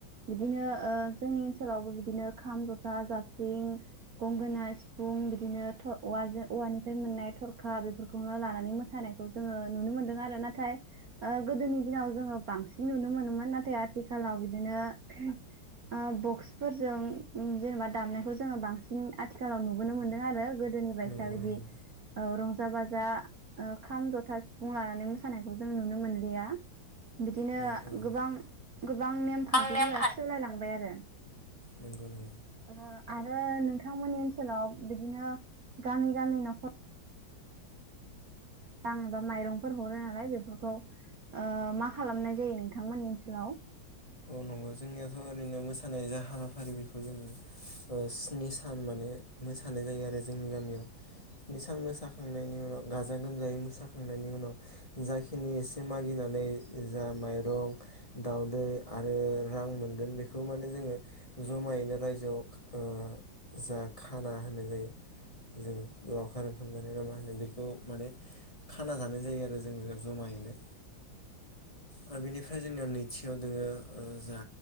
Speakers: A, on the right; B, on the left.
A: बिदिनो ओ जोंनि ओनसोलावबो बिदिनो खाम, जथा, जाबस्रिं, गंगोना, सिफुं, बिदिनो थर औवाजों औवानिफ्राय मोननाय थरखा बेफोरखौनो लानानै मोसानायखौ जोङो नुनो मोनदों आरो नाथाय ओ गोदोनि दिनाव जोङो बांसिन नुनो मोनोमोन नाथाय आथिखालाव बिदिनो <unintelligible> आ बक्सफोरजों जेनबा दामनायखौ जोङो बांसिन आथिखालाव नुबोनो मोन्दों आरो गोदोनि बाय
B: नंगौ
A: माबादि
B: नंगौ
A: ओ रंजा-बाजा ओ खाम, जथा, सिफुं लानानै मोसानायखौ जों नुनो मोनलिया बिदिनो
B: औ औ
A: गोबां गोबां नेमखान्थिफोरा
B: आं नेमखान
A: सोलायलांबाय आरो
B: नंगौ नंगौ
A: ओ आरो नोंथांमोननि ओनसोलाव बिदिनो गामि गामि न'खर रां एबा माइरंफोर हरो नालाय बेफोरखौ ओ मा खालामनाय जायो नोंथांमोननि ओनसोलाव?
B: औ नंगौ जोंनियाथ' ओरैनो मोसानाय जा हाबाफारि बेखौ जोङो ओ स्नि सान माने मोसानाय जायो आरो जोंनि गामियाव स्नि सान मोसाखांनायनि उनाव गाजा गोमजायै मोसाखांनायनि उनाव जाखिनि एसे मागिनानै बै जा माइरं दाउदै आरो रां मोनगोन बेखौ माने जोङो जमायैनो रायजोआव ओ जा खाना होननाय जायो। जोङो ज आखारो खालामजानाय ना मा होनो बेखौ माने खाना जानाय जायो आरो जोङो जमायैनो ओ बेनिफ्राय जोंनाया नैथियाव दोङो ओजा